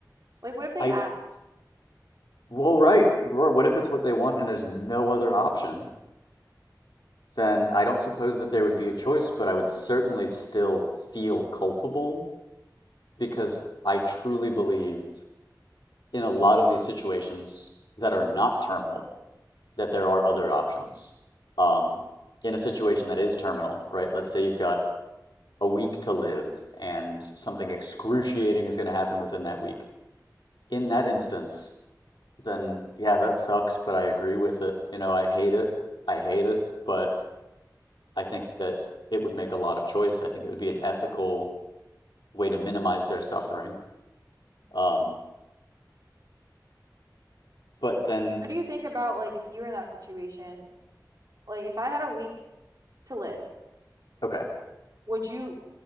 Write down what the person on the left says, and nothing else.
I
well right. What if it's what they want and there's no other option? Then I don't suppose that there would be a choice, but I would certainly still feel culpable because I truly believe in a lot of these situations that are not terminal that there are other options. Um, in a situation that is terminal, right? Let's say you've got a week to live and something excruciating is going to happen within that week. In that instance, then yeah, that sucks, but I agree with it. You know, I hate it. I hate it, but I think that it would make a lot of choice. I think it would be an ethical way to minimize their suffering. Um, but then,
okay.